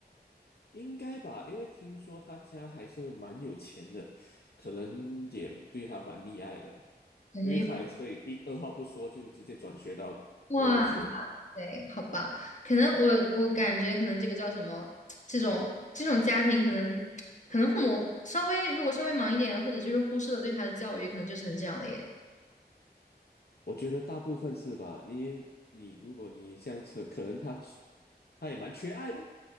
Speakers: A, on the left; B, on the left.
A: 应该吧，因为听说他家还是蛮有钱的，可能也对他蛮溺爱的，
B: 感觉有
A: 因为他也是对一二话不说就直接转学到国外去了。
B: 哇对，好吧？可能我我感觉可能这个叫什么？<tsk> 这种这种家庭可能可能父母稍微如果稍微忙一点，或者就是忽视了对他的教育，可能就成这样了耶。
A: 我觉得大部分是吧？你你如果你这样子，可能他他也蛮缺爱的，